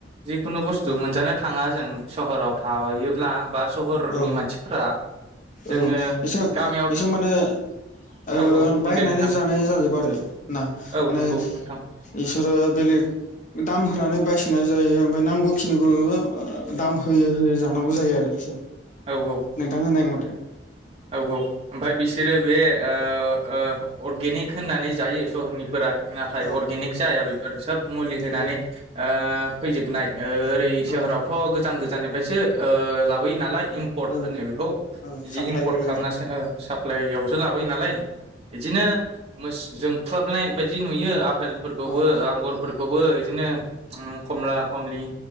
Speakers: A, on the right; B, on the left.
A: जिखुनु बुस्थु
B: ओ
A: मोनजानो थांङा जों सहराव थायोब ब्ला बा सहरनि
B: औ
A: मानसिफोरा जोङो
B: औ एसे
A: गामियाव
B: एसे माने ओ
A: औ बुं
B: बायनानै
A: दे नोंथां
B: जानाय जाजोबो आरो ना
A: औ
B: माने
A: नंगौ नोंथां
B: इसोरो बेलेग दाम होनानै बायसनाय जायो । नांगौखिनिखौ दाम होयै होयै जानांगौ जायो आरो बिसोर ।
A: औ औ
B: नोंथां होननाय मथे ।
A: औ औ ओमफ्राय बिसोरो बे ओ ओ अर्गेनिक होन नानै जायो सहरनि नाथाय
B: औ
A: अर्गेनिख जाया बेफोर सोब मुलि होनानै
B: औ
A: ओ फैजोबनाय ओरै सोहोरावथ'
B: औ
A: गोजान गोजाननिफ्रायसो ओ लाबोयो नालाय इम्पर्ट
B: औ
A: होनो बेखौ
B: औ
A: बिदि
B: साप्लाय
A: इमपर्ट
B: जायो
A: खालामनासो
B: आरो
A: साप्लाइयावसो लाबोयो नालाय बिदिनो जोंफ्रबनाय बायदि नुयो फेलफोरखौबो
B: औ
A: आंगरफोरखौबो बिदिनो खमला खमलि